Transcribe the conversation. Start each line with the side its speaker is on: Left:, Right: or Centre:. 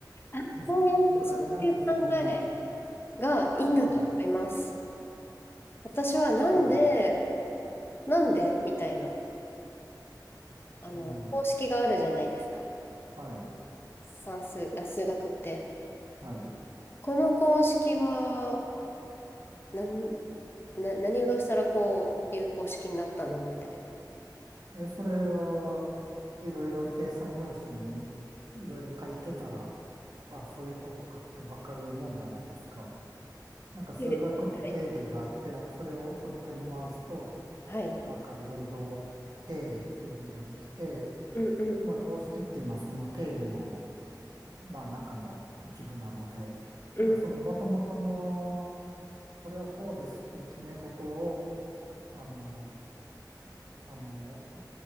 Left: あ、
Right: <laughs>
Left: そういう、
Right: ぐらい、
Left: そういう考え
Right: なんかその、
Left: がいいんだと思います。
Right: ええ、
Left: 私はなんで、
Right: うん、
Left: なんでみたいな、あの、
Right: うん、
Left: 公式があるじゃないですか。
Right: はい、
Left: 算数、あ、数学って。
Right: はい。
Left: この公式は、なん、な、何をどうしたらこういう公式になったのみたい。
Right: え、それはいろいろ計算用紙にいろいろ書いてたら、あ、そういうことかってわかるもんじゃないですか。なんか数学って定義があって、
Left: ではい。
Right: それをこねくり回すと、
Left: はい。
Right: なんかいろいろ定理っていうのができて、
Left: うんうん
Right: まあこうしてっていうのはその定理の、まあ中の一部なので、
Left: うん
Right: なんかその元々の、これはこうですっていう決め事を、あの、あの、